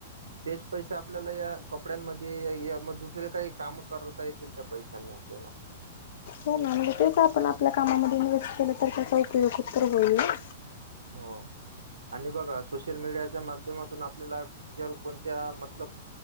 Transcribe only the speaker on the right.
तेच पैसे आपल्याला या कपड्यांमध्ये, ये मग दुसरे काही काम करता येतील त्या पैशा नाही आपल्याला
हो. आणि बघा सोशल मीडियाच्या माध्यमातून, आपल्याला जर कोणत्या मतलब